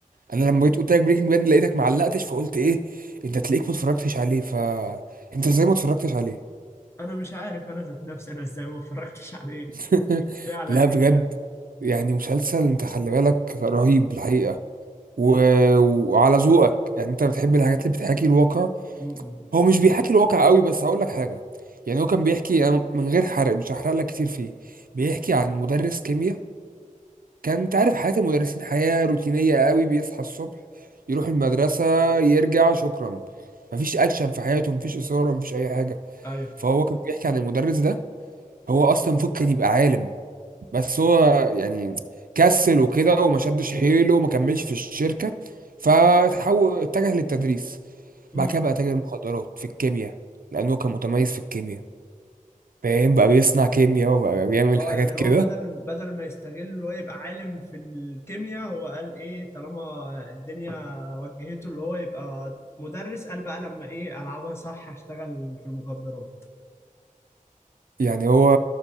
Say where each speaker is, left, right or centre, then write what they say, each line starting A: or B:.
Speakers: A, on the right; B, on the left.
A: انا لما جيت قلت لك بريكنج باد لقيتك معلقتش فقلت ايه انت تلاقيك ما اتفرجتش عليه ف انت ازاي ما اتفرجتش عليه
B: أنا مش عارف أنا ذات نفسي أنا إزاي ما اتفرجتش عليه
A: <laughs>
B: فعلا
A: لا
B: يعني
A: بجد يعني مسلسل انت خلي بالك رهيب الحقيقه و... وعلى ذوقك يعني انت بتحب الحاجات اللي بتحاكي الواقع
B: م -م.
A: هو مش بيحاكي الواقع قوي بس هقول لك حاجه يعني هو كان بيحكي أنا من غير حرق مش هحرق لك كتير فيه بيحكي عن مدرس كيمياء كان انت عارف حياة المدرسين حياة روتينية قوي بيصحى الصبح يروح المدرسة يرجع شكرا مفيش اكشن في حياته مفيش اثارة مفيش اي حاجة
B: أيوه
A: فهو كان بيحكي عن المدرس ده هو اصلا المفروض كان يبقى عالم بس هو يعني كسل وكده وما شدش حيله وما كملش في الشركة فتحول اتجه للتدريس
B: امم
A: بعد كده بقى تاجر مخدرات في الكيمياء لانه كان متميز في الكيمياء فاهم بقى بيصنع كيمياء وبقى بيعمل
B: اه
A: حاجات
B: يعني
A: كده
B: هو بدل بدل ما يستغل اللي هو يبقى عالم في الكيمياء هو قال ايه طالما الدنيا وجهته اللي هو يبقى مدرس قال بقى لما ايه العبها صح هشتغل في المخدرات
A: يعني هو